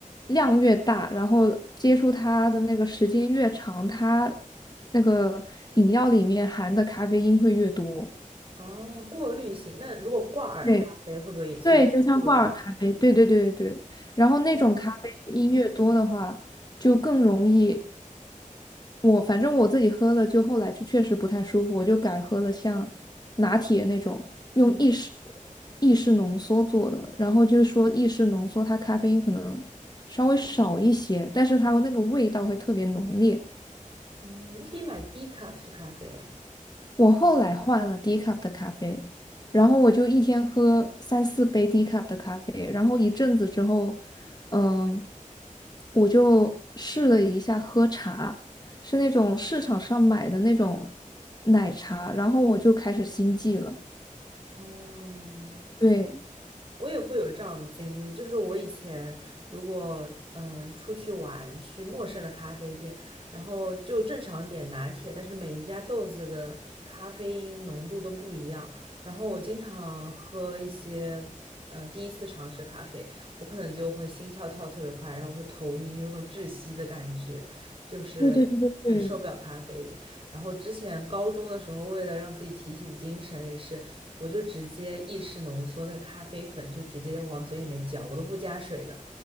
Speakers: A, on the left; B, on the right.
A: 量越大，然后接触它的那个时间越长，它那个饮料里面含的咖啡因会越多。
B: 哦，过滤型。那如果挂耳咖啡会不会也算是过滤型？
A: 对，对，就像挂耳咖啡，对对对对对。然后那种咖啡因越多的话，
B: 哦
A: 就更容易。我反正我自己喝了，就后来就确实不太舒服，我就改喝了像拿铁那种用意式
B: 嗯
A: 意式浓缩做的。然后就是说意式浓缩它咖啡因可能稍微少一些，但是它那个味道会特别浓烈。
B: 嗯，你可以买低 e c a f 的咖啡啊。
A: 我后来换了低 cup 的咖啡，然后我就一天喝三四杯低 cup 的咖啡，然后一阵子之后，嗯，我就试了一下喝茶，是那种市场上买的那种奶茶，然后我就开始心悸了。
B: 哦，
A: 对，
B: 我也会有这样的经历，就是我以前如果嗯出去玩，去陌生的咖啡店，然后就正常点拿铁，但是每一家豆子的咖啡因浓度都不一样，然后我经常喝一些呃第一次尝试咖啡，我可能就会心跳跳得特别快，然后会头晕，有种窒息的感觉，就是很受不了咖啡因。
A: 对对对对对，
B: 然后之前高中的时候，为了让自己提起精神，也是。我就直接意式浓缩那个咖啡粉，就直接往嘴里面嚼，我都不加水的。